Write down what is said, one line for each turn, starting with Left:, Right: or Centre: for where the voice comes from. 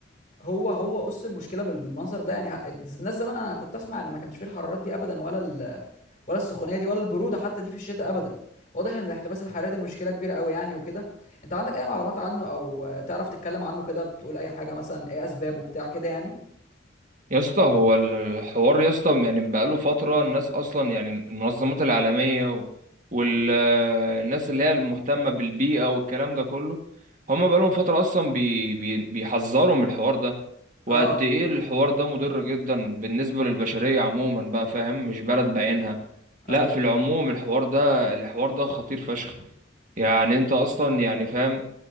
Left: هو هو قص المشكله بال- بالمنظر ده يعني ه- الناس زمان انا كنت اسمع ان ما كانش فيه الحرارات دي ابدا ولا ال... ولا السخونيه دي ولا البروده حتى دي في الشتاء ابدا واضح ان الاحتباس الحراري ده مشكله كبيره قوي يعني وكده انت عندك اي معلومات عنه او آه، تعرف تتكلم عنه كده بتقول اي حاجه مثلا ايه اسبابه بتاع كده يعني
Right: يا اسطى هو الحوار يا اسطى يعني بقاله فتره الناس اصلا يعني المنظمات العالميه والناس اللي هي المهتمه بالبيئه والكلام ده كله هم بقالهم فتره اصلا بي بي بيحذروا من الحوار ده وقد
Left: اه
Right: ايه الحوار ده مضر جدا بالنسبه للبشريه عموما بقى فاهم مش بلد بعينها لا
Left: ايوه
Right: في العموم الحوار ده الحوار ده خطير فشخ يعني انت اصلا يعني فاهم